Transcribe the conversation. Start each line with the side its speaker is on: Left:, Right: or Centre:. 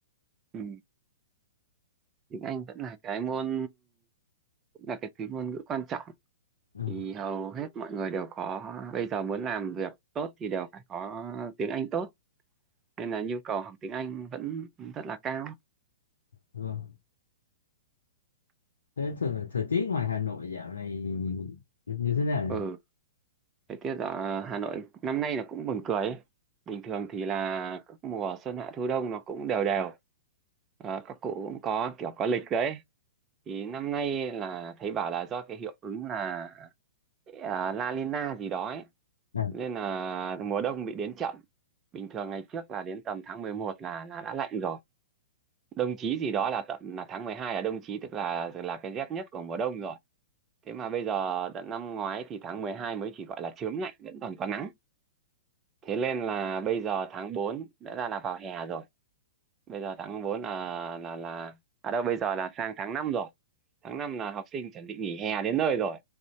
Right: Ừ. tiếng Anh vẫn là cái môn cũng là cái thứ ngôn ngữ quan trọng
Left: ừ,
Right: thì hầu hết mọi người đều có bây giờ muốn làm việc tốt thì đều phải có tiếng Anh tốt nên là nhu cầu học tiếng Anh vẫn rất là cao
Left: vâng thế thời, thời tiết ngoài Hà Nội dạo này như thế nào
Right: ừ
Left: nhỉ
Right: Thời tiết ở Hà Nội năm nay là cũng buồn cười ấy. Bình thường thì là các mùa xuân hạ thu đông nó cũng đều đều. Ờ, các cụ cũng có kiểu có lịch đấy. Thì năm nay là thấy bảo là do cái hiệu ứng là à, La Nina gì đó ấy.
Left: à,
Right: Nên là mùa đông bị đến chậm. Bình thường ngày trước là đến tầm tháng 11 là là đã lạnh rồi. Đông chí gì đó là tận là tháng 12 là đông chí tức là là cái rét nhất của mùa đông rồi. Thế mà bây giờ tận năm ngoái thì tháng 12 mới chỉ gọi là chớm lạnh vẫn còn có nắng thế nên là bây giờ tháng 4 đã ra là vào hè rồi bây giờ tháng 4 là là là à đâu bây giờ là sang tháng 5 rồi tháng 5 là học sinh chuẩn bị nghỉ hè đến nơi rồi